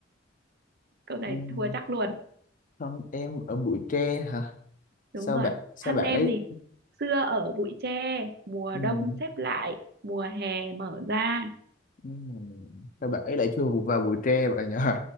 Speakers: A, on the right; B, on the left.
A: câu này
B: ừm,
A: thua chắc luôn
B: Thân em ở bụi tre hả?
A: đúng
B: Sao
A: rồi
B: bạn sao
A: thân
B: bạn
A: em
B: ấy
A: thì xưa ở bụi tre mùa
B: ừm,
A: đông xếp lại mùa hè mở ra
B: ừm, sao bạn ấy lại chui vào vào bụi tre vậy nhở?